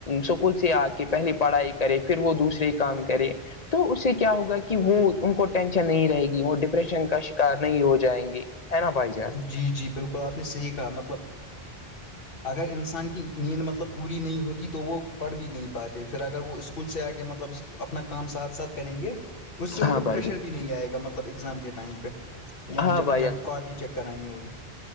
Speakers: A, on the left; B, on the left.
A: سکول سے آ کے پہلی پڑھائی کرے پھر وہ دوسرے کام کرے تو اس سے کیا ہوگا کی وہ ان کو ٹینشن نہیں رہے گی وہ ڈپریشن کا شکار نہیں ہو جائیں گی ہے نا بھائی جان
B: جی جی بالکل آپ نے صحیح کہا مطلب اگر انسان کی نیند مطلب پوری نہیں ہوتی تو وہ پڑھ بھی نہیں پاتے پھر اگر وہ اسکول سے آ کے مطلب اپنا کام ساتھ ساتھ کریں گے اس سے
A: ہاں
B: ان پے
A: بھائی
B: پریشر
A: جان
B: بھی نہیں آئے گا مطلب ایگزام کے ٹائم پے یا
A: ہاں
B: جب
A: بھائی
B: جب
A: جان
B: کاپی چیک کرانی ہوگی